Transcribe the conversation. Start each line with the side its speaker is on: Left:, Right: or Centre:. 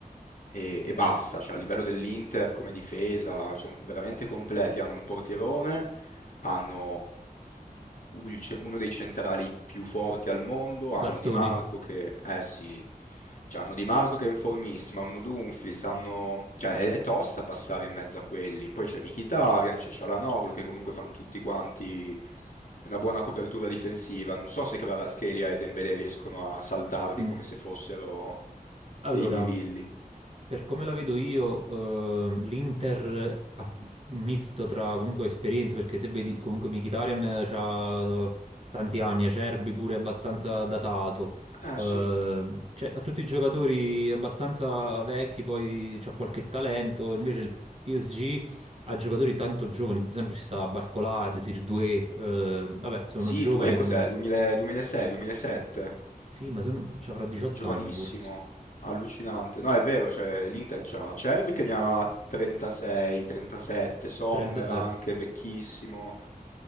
Left: e, e basta, cioè a livello dell'Inter come difesa sono veramente completi, hanno un portierone, hanno u- il ce- uno dei centrali più forti al mondo, hanno
Right: bastoni.
Left: Di Marco che, eh sì, cioè, hanno Di Marco che è in formissima, hanno Dumfries, hanno, cioè è, è tosta passare in mezzo a quelli, poi c'è Mkhitaryan, c'è Çalhanoğlu che comunque fanno tutti quanti una buona copertura difensiva, non so se Kvaratskhelia e Dembélé riescono a saltarli
Right: Mm.
Left: come se fossero
Right: Allora,
Left: dei birilli.
Right: Per come la vedo io, eh, l'Inter ha un misto tra comunque esperienza, perché se vedi comunque Mkhitaryan ha tanti anni, Acerbi pure abbastanza datato,
Left: Eh
Right: eh,
Left: sì,
Right: cioè, ha tutti i giocatori abbastanza vecchi, poi c'ha qualche talento, invece il PSG ha giocatori tanto giovani, ad esempio ci sta Barcolà, Desir Doué, eh, vabbè sono
Left: sì,
Right: giovani
Left: due cos'è?
Right: comunque,
Left: 2000 2006, 2007?
Right: sì ma secondo me ci avrà 18
Left: Giovanissimo,
Right: anni forse,
Left: allucinante. No, è vero, cioè, l'Inter c'ha Cerbi che ne ha 36, 37, Sommer
Right: 37,
Left: anche vecchissimo,